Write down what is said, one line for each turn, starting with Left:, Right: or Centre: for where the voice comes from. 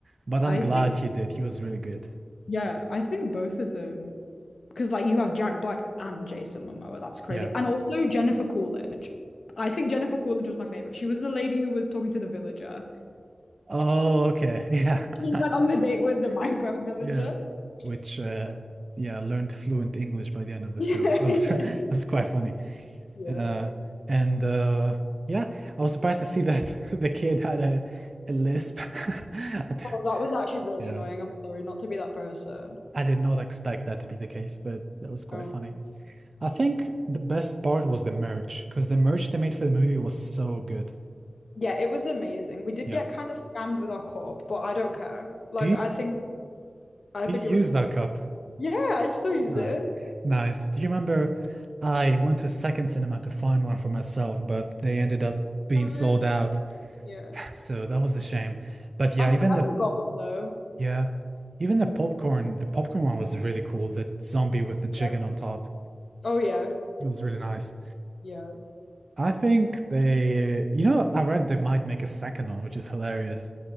Right: But I'm
Left: I
Right: glad
Left: think
Right: he did. He was really good.
Left: yeah, I think both of them because like you have Jack Black and Jason Momoa, that's crazy.
Right: Yeah.
Left: And also Jennifer Coolidge. I think Jennifer Coolidge was my favorite. She was the lady who was talking to the villager.
Right: Oh, okay. <laughs> Yeah.
Left: He
Right: <laughs>
Left: went on the date with the Minecraft villager.
Right: Yeah. Which uh
Left: Yeah.
Right: yeah, learned fluent English by the end of the
Left: <laughs>
Right: film. That
Left: Yeah.
Right: was
Left: Yeah.
Right: <laughs> that was quite funny.
Left: Yeah.
Right: Uh and uh yeah, I was surprised to see that <laughs> the kid had a, a lisp. <laughs> I d-
Left: Oh, that was actually really
Right: Yeah.
Left: annoying. I'm sorry not to be that person.
Right: I did not expect that to be the case, but that was quite
Left: Oh.
Right: funny. I think the best part was the merch, because the merch they made for the movie was so good.
Left: Yeah, it was amazing. We did
Right: Yeah.
Left: get kind of scammed with our corp, but I don't care. Like
Right: Do you
Left: I think I
Right: do
Left: think
Right: you use
Left: it was fun.
Right: that cup?
Left: Yeah, I still use
Right: Nice.
Left: it.
Right: Nice. Do you remember I went to a second cinema to find one for myself, but they ended up being
Left: I
Right: sold
Left: mean,
Right: out.
Left: yeah.
Right: <laughs> So that was a shame. But yeah,
Left: I'm
Right: even
Left: glad
Right: the
Left: we got one though.
Right: yeah, even the popcorn, the popcorn one was really cool. The zombie with the chicken
Left: Yeah.
Right: on top.
Left: Oh yeah.
Right: It was really nice.
Left: Yeah.
Right: I think they, you know, I read they might make a second one, which is hilarious.